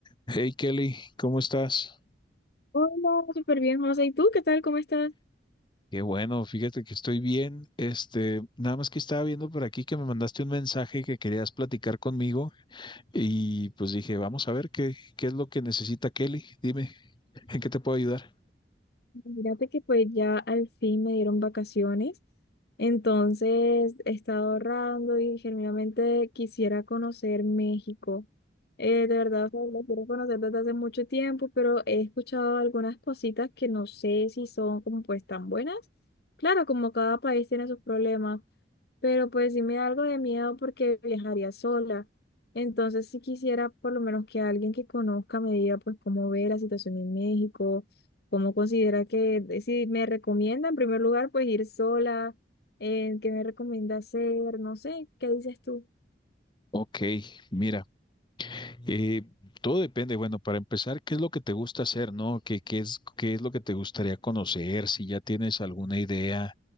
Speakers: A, on the left (about 25°); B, on the left (about 60°).
A: Hey Kelly, ¿cómo estás?
B: Hola, súper bien, José. ¿Y tú qué tal? ¿Cómo estás?
A: Qué bueno, fíjate que estoy bien. Este, nada más que estaba viendo por aquí que me mandaste un mensaje que querías platicar conmigo y pues dije, vamos a ver qué, qué es lo que necesita Kelly. Dime, ¿en qué te puedo ayudar?
B: Fíjate que pues ya al fin me dieron vacaciones, entonces he estado ahorrando y genuinamente quisiera conocer México. Eh, de verdad, o sea, lo quiero conocer desde hace mucho tiempo, pero he escuchado algunas cositas que no sé si son como pues tan buenas. Claro, como cada país tiene sus problemas, pero pues sí me da algo de miedo porque viajaría sola. Entonces, si quisiera por lo menos que alguien que conozca me diga pues cómo ve la situación en México, cómo considera que, si me recomienda en primer lugar pues ir sola, eh, qué me recomienda hacer, no sé, ¿qué dices tú?
A: Ok, mira, eh, todo depende. Bueno, para empezar, ¿qué es lo que te gusta hacer, no? ¿Qué, qué es, qué es lo que te gustaría conocer? Si ya tienes alguna idea,